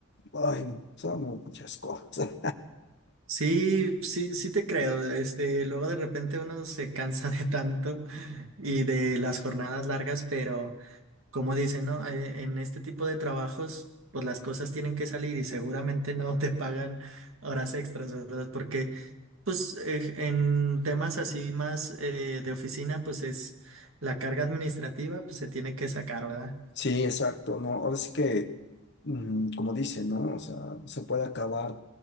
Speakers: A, on the left; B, on the right.
A: Ay, no, son muchas cosas. <laughs>
B: Sí, sí, sí te creo. Este, luego de repente uno se cansa <laughs> de tanto y de las jornadas largas, pero como dicen, ¿no? Eh, En este tipo de trabajos, pues las cosas tienen que salir y seguramente no te pagan horas extras, ¿verdad? Porque, pues, eh, en temas así más eh, de oficina, pues es la carga administrativa, pues se tiene que sacar, ¿verdad?
A: Sí, exacto, ¿no? Ahora sí que, mm, como dicen, ¿no? O sea, se puede acabar